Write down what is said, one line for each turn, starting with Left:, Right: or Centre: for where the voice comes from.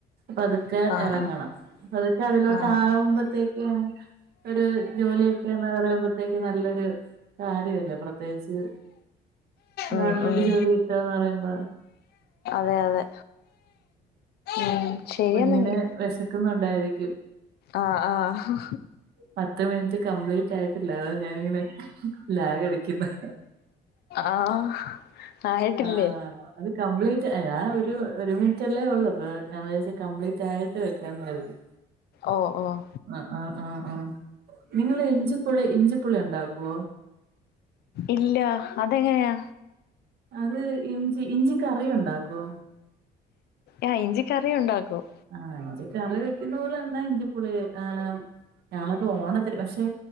Right: പതുക്കെ
Left: ആ ആ
Right: ഇറങ്ങണം പതുക്കെ അതിലോട്ട്
Left: ആ
Right: ആവുമ്പോത്തേക്കും ഒരു ജോലിയൊക്കെന്ന് പറയുമ്പത്തേക്കും നല്ലൊരു കാര്യവല്ലേ പ്രത്യേകിച്ച് ഗവൺമെന്റ്
Left: ഉം ഉം
Right: ജോലി കിട്ട്വാന്ന് പറയുമ്പോ
Left: അതെ അതെ ഉം ശരിയെന്നെങ്കി
Right: കുഞ്ഞിന് വെശക്കുന്നുണ്ടായിരിക്കും
Left: ആഹ് ആഹ്
Right: പത്ത് മിനിറ്റ് കംപ്ലീറ്റായിട്ടില്ല അതാ ഞാനിങ്ങനെ ലാഗ് അടിക്ക്ന്നെ
Left: ആഹ് ആയിട്ടില്ലേ
Right: ആഹ് അത് കംപ്ലീറ്റ് ഞാൻ ഒരു ഒരു മിൻറ്റല്ലേ ഉള്ളൂ പ്പൊ ഞാൻ വേര്ച്ച് കംപ്ലീറ്റ് ആയിട്ട് വെകാന്ന് കരുതി.
Left: ഓഹ് ഓഹ്
Right: ആഹ് ആഹ് ആഹ് ആഹ് നിങ്ങള് ഇഞ്ചിപ്പുളി ഇഞ്ചിപ്പുളി ഉണ്ടാക്കുവോ
Left: ഇല്ല അതെങ്ങനെയാ?
Right: അത് ഇഞ്ചി ഇഞ്ചി കറിയുണ്ടാക്കോ?
Left: ആഹ് ഇഞ്ചി കറിയുണ്ടാക്കും
Right: ആഹ് ഇഞ്ചി കറി വെക്കുന്ന പോലെന്നെ ഇഞ്ചിപ്പുളി ഹ് ഞങ്ങളൊക്കെ ഓണത്തിന് പക്ഷെ